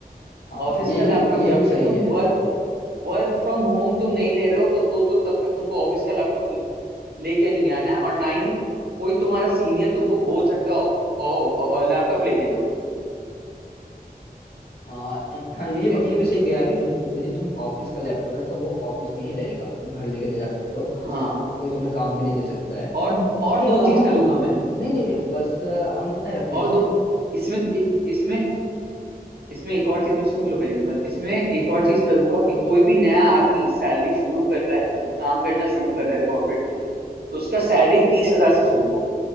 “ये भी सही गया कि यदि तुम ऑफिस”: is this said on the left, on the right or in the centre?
Left